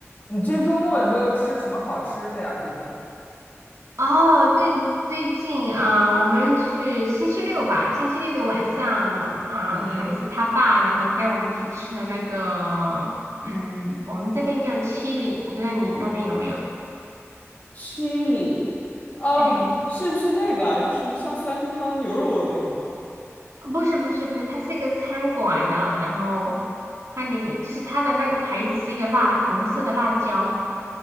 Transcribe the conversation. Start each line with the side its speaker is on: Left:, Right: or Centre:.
Left: 你这周末有没有吃什么好吃的呀？最近？
Right: 哦，最最近啊，我们是星期六吧，星期六的晚上啊，
Left: 嗯
Right: 孩子他爸然后带我们去吃的那个，嗯，我们这边叫七里，我不知道你那边有没有？
Left: ，chili，哦，
Right: 哎，
Left: 是不是那个啊？就是什么像酸汤牛肉那个吗？
Right: 不是不是不是，它是一个餐馆的，然后它里面就是它的那个牌子是一个辣红色的辣椒，